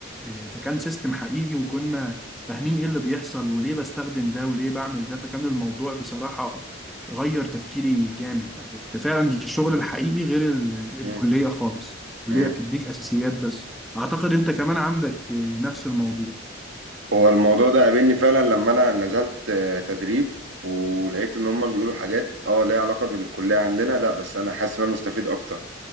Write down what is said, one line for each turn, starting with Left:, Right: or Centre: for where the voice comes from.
Centre: آه، فكان سيستم حقيقي وكنا فاهمين ايه اللي بيحصل وليه بستخدم ده وليه بعمل ده فكان الموضوع بصراحة غير تفكيري جامد يعني فعلا الشغل الحقيقي غير ال- الكلية
Right: مم.
Centre: خالص الكلية
Right: مم.
Centre: بتديك أساسيات بس أعتقد أنت كمان عندك آه، نفس الموضوع
Right: هو الموضوع ده قابلني فعلا لما انا نزلت آه، تدريب ولقيت ان هم بيقولوا حاجات اه ليها علاقة بالكلية عندنا لا بس انا حاسس ان انا مستفيد اكتر